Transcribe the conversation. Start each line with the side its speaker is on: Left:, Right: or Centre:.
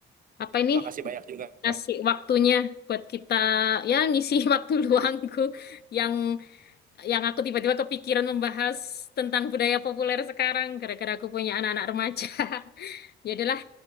Left: apa ini
Right: makasih banyak juga
Left: ngasih
Right: kak
Left: waktunya buat kita ya ngisi <laughs> waktu luangku yang yang aku tiba-tiba kepikiran membahas tentang budaya populer sekarang gara-gara aku punya anak-anak remaja. <laughs> Ya udahlah,